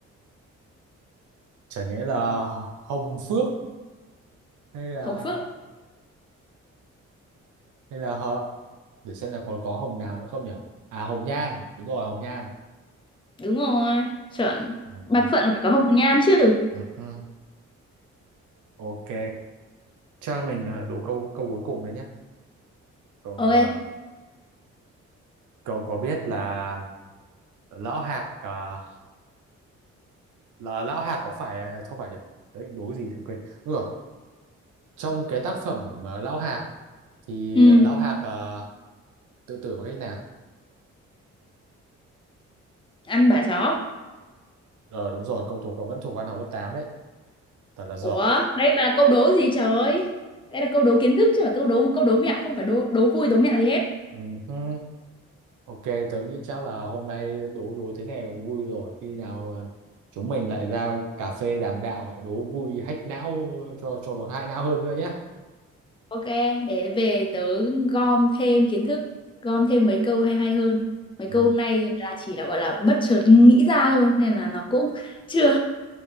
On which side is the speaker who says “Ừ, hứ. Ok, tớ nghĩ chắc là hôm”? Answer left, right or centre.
Right